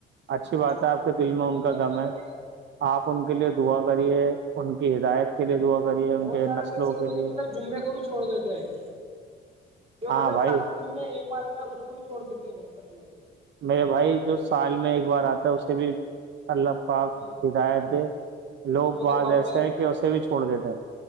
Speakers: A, on the right; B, on the right.
A: اچھی
B: جی بے
A: بات
B: شک
A: ہے آپ
B: کریں
A: کے
B: گے
A: دل
B: ان
A: میں
B: شاء اللہ
A: کا غم
B: دعا
A: ہے
B: کریں گے
A: آپ ان کے لیے دعا کریے ان کی ہدایت کے لیے دعا کریے ان
B: بہت
A: کے
B: سارے
A: نسلوں
B: تو ایسے
A: کے
B: ہوتے جو
A: لیے
B: مطلب جمعے کو بھی چھوڑ دیتے ہے جو
A: ہاں
B: مطلب
A: بھائی
B: سات دن میں ایک بار آتا ہے اس کو بھی چھوڑ دیتے ہیں بت سب لوگ کو <unintelligible>
A: میرے بھائی جو سال میں ایک بار آتا ہے اسے بھی اللہ پاک
B: جی
A: ہدایت دے لوگ
B: جی بھائی تو
A: بعد
B: بکرا
A: ایسے
B: عید
A: ہیں کہ
B: کی
A: اسے
B: نماز
A: بھی چھوڑ دیتے ہیں